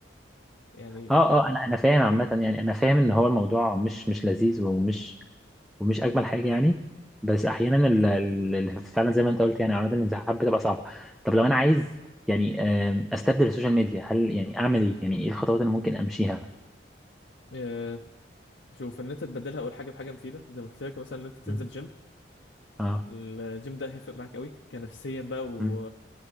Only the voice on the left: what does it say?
يعني
آه، شوف ان انت تبدلها اول حاجه بحاجه مفيده زي ما قلت لك مثلا ان انت تنزل
جيم
الجيم ده هيفرق معاك قوي كنفسيا بقى و